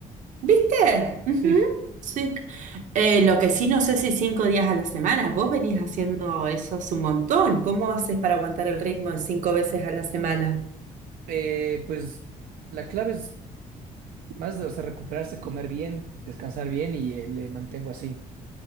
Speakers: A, on the right; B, on the right.
A: viste Ujú.
B: Sí.
A: Sí. Eh, lo que sí no sé si cinco días a la semana. Vos venís haciendo eso hace un montón. ¿Cómo haces para aguantar el ritmo de cinco veces a la semana?
B: Eh, pues la clave es más de, o sea, recuperarse, comer bien, descansar bien y eh, le mantengo así.